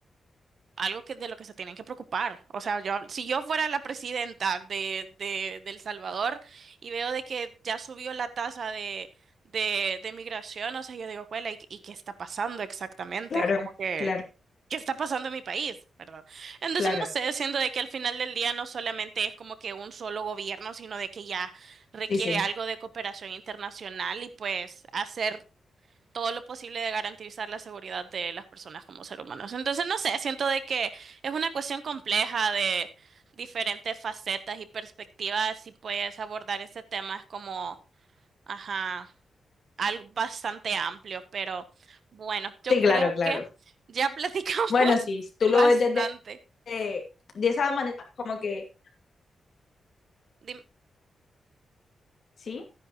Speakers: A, on the right; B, on the left.
A: algo que de lo que se tienen que preocupar. O sea, yo, si yo fuera la presidenta de, de, de El Salvador y veo de que ya subió la tasa de, de, de migración, o sea, yo digo, "Juela, ¿y, y qué está pasando exactamente?
B: Claro,
A: Es como que,
B: claro,
A: ¿qué está pasando en mi país? ¿Verdad? Entonces,
B: claro.
A: no sé, siendo de que al final del día no solamente es como que un solo gobierno, sino de que ya requiere
B: Sí, sí.
A: algo de cooperación internacional y pues hacer todo lo posible de garantizar la seguridad de las personas como seres humanos. Entonces, no sé, siento de que es una cuestión compleja de diferentes facetas y perspectivas y puedes abordar ese tema es como, ajá, algo bastante amplio, pero bueno, yo
B: Sí, claro,
A: creo
B: claro.
A: que ya platicamos
B: Bueno,
A: <laughs>
B: sí, tú
A: bastante.
B: lo ves desde eh, de, esa manera, como que,
A: Dime.
B: ¿sí?